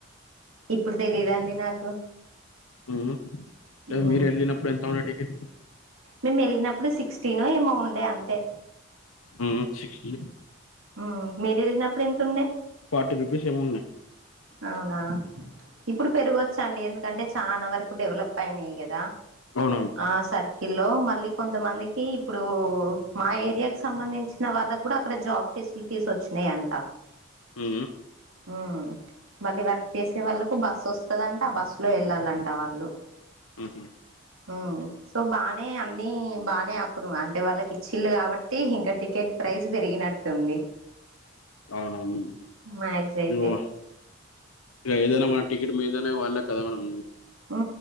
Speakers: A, on the right (about 75°); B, on the left (about 85°).
A: ఇప్పుడు తేలిదండి నాకు
B: ఊ లేదు
A: మ్మ్
B: మీరు ఏళ్ళినప్పుడు ఎంత ఉండే టికెట్
A: మేమేళ్ళినప్పుడు సిక్స్టీ నో ఏమో ఉండే అంతే
B: ఊ సిక్స్టీ
A: ఆ మీరేళ్ళినప్పుడేంతుండే
B: ఫార్టీ రూపీస్ ఏమో ఉన్నాయ్
A: అవునా ఇప్పుడు పెరగొచ్చండి ఎందుకంటే చానా వరకు డెవలప్ అయినయ్యి కదా
B: అవునవును
A: ఆ సర్కిల్ లో మళ్ళీ కొంతమందికి ఇప్పుడు మా ఏరియాకి సంబంధించిన వాళ్ళకి కూడా అక్కడ జాబ్ ఫెసిలిటీస్ వచ్చినయంట
B: ఊ
A: ఊ మళ్ళీ వర్క్ చేసే వాళ్ళకు బస్ వస్తదంట ఆ బస్సు లో ఏళ్ళాలంట వాళ్ళు
B: ఉహు
A: ఊ సో బానే అన్ని బానే అప్పుడు అంటే వాళ్ళకి ఇచ్చిళ్ళు కాబట్టి ఇంక టికెట్ ప్రైజ్ పెరిగినట్టుంది
B: అవునవును
A: మ్యాగ్స్ అయితే
B: నువ్వా ఇక ఏదైనా మాట్ టికెట్ మీదనే వాళ్ళ కదా మేడం
A: ఊ